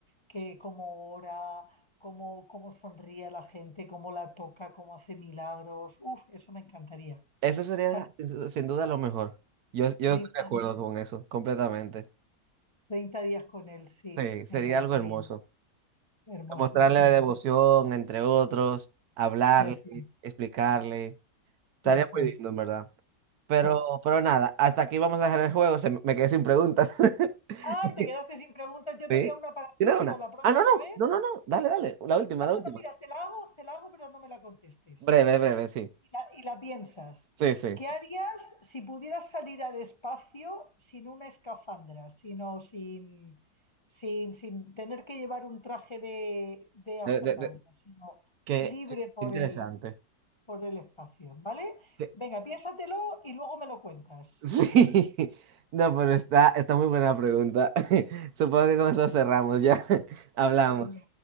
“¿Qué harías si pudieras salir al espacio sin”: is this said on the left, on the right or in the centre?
Left